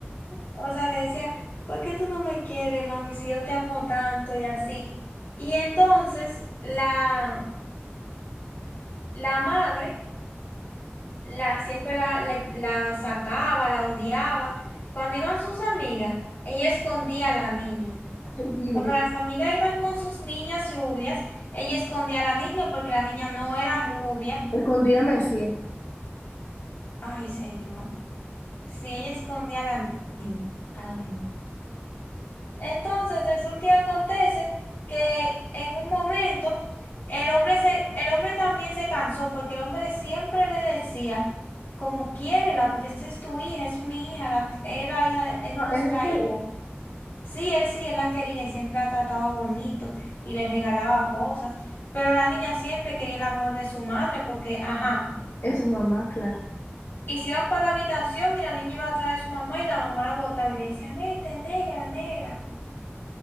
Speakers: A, on the left; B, on the left.
A: O sea, le decía, ¿por qué tú no me quieres, mami, si yo te amo tanto y así? Y entonces la, la madre... la, siempre la, la- la sacaba, la odiaba. Cuando iban sus amigas, ella escondía a la niña.
B: Ay, Dios
A: Cuando
B: mío.
A: las amigas iban con sus niñas rubias, ella escondía a la niña porque la niña no era rubia.
B: Escondía Messi.
A: Ay, señor. Si ella escondía a la niña, a la niña. Entonces, resulta y acontece que en un momento el hombre, se, el hombre también se cansó porque el hombre siempre le decía, como quiérela, porque esa es tu hija, es mi hija, la, es la hija, de- es
B: No,
A: nuestra
B: él no quería.
A: hija. Sí, él sí, él la quería y siempre la trataba bonito y le regalaba cosas, pero la niña siempre quería el amor de su madre porque, ajá,
B: Es su mamá, claro.
A: y se iban para la habitación y la niña iba atrás de su mamá y la mamá la botaba y le decía, vete, negra, negra.